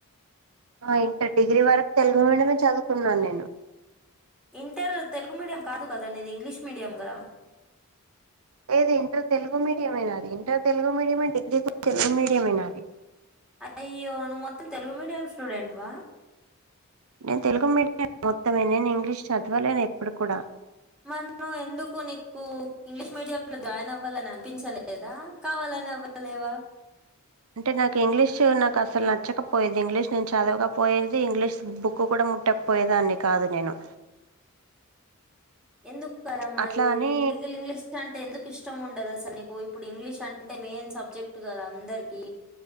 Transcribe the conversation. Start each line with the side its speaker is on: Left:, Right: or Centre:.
Right: ఇంటర్ డిగ్రీ వరకు తెలుగు మీడయమే చదువుకు ఉన్నాను నేను
Centre: ఇంటర్ తెలుగు మీడియం కాదు కద నీ ఇది ఇంగ్లీష్ మీడియం కదా
Right: లేదు ఇంటర్ తెలుగు మీడిమేనాది ఇంటర్ తెలుగు మీడిమే డిగ్రీ డిగ్రీ తెలుగు మీడిమే నది అ
Centre: అయ్యో నువ్వు మొత్తం తెలుగు మీడియం స్టూడెంట్ వా
Right: నేను తెలుగు మీడియం మొత్తమే నేను ఇంగ్లీష్ చదవలేను ఎప్పుడు కూడా
Centre: మన్ను ఎందుకు నీకు ఇంగ్లీష్ మీడియం లో జాయిన్ అవ్వాలని అనిపించలేదా కావాలని అవ్వలేవా
Right: అంటే నాకు ఇంగ్లీష్ నాకు అసలు నచ్చకపోయేది ఇంగ్లీష్ నేను చదవకపోయేది ఇంగ్లీష్ బుక్ కూడా ముట్టకపోయేదాన్ని కాదు నేను
Centre: ఎందుకు కలా మరి
Right: అట్లా
Centre: ఇ
Right: అని
Centre: ఇంగ్లీష్ అంటే ఎందుకు ఇష్టం ఉండదు అసలు నీకు ఇప్పుడు ఇంగ్లీష్ అంటే మెయిన్ సబ్జెక్ట్ కదా అందరికి